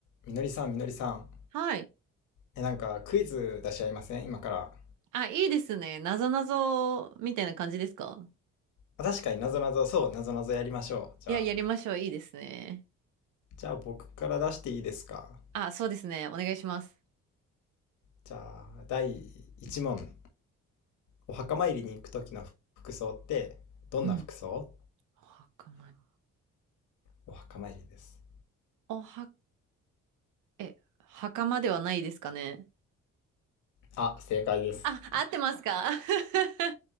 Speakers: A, on the left; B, on the right.
A: みのりさん、みのりさん。
B: はい。
A: え、なんかクイズ出し合いません今から。
B: あ、いいですね。なぞなぞみたいな感じですか
A: あ確かになぞなぞ、そう、なぞなぞやりましょう。じゃあ、
B: いや、やりましょう。いいですね。
A: じゃあ僕から出していいですか。
B: あ、そうですね。お願いします。
A: じゃあ、第1問。お墓参りに行く時の服装って、どんな服装
B: うん。お袴に。
A: お墓参りです。
B: おは、え、袴ではないですかね。
A: あ、正解です。
B: あ、合ってますか <laughs>